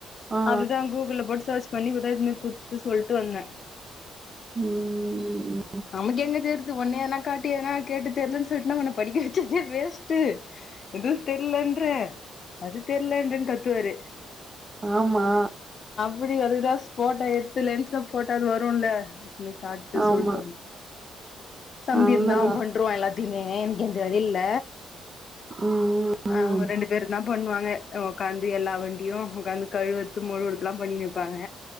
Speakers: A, on the right (about 30°); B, on the left (about 55°).
A: ஆ
B: அதுதா கூகுள்ள போட்டு சேர்ச் பண்ணி இப்பதா எத்துனுபோய் குத்து சொல்ட்டு வந்த
A: ம்
B: நமக் எங்க தேருத் ஒன்னே ஏத்னா காட்டி எதனா கேட்டு தெர்லன் சொல்ட்னா உன்ன படிக்க வச்சதே வேஸ்ட்டு எதும் தெர்லன் அது தெர்லன்றன் கத்துவாரு
A: ஆமா
B: விடியோ அதுகுதாஸ் போட்டோ எத்து லென்ஸ்ல போட்டாது வருல்ல காட்டு
A: ஆமா
B: சொல்லிட்டு வந் தம்பி
A: அவ்ளோதா
B: இருந்தா ‌அவ பண்ருவா எல்லாத்தியுமே எ எனக் எந்த வெலில்ல
A: ம்
B: அவுங்க
A: ம்
B: ரெண்டு பேருந்தா பண்வாங்கெ ஒக்காந்து எல்லா வண்டியு ஒக்காந்து கழுவற்து மொழுவற்துலா பண்ணினிருப்பாங்க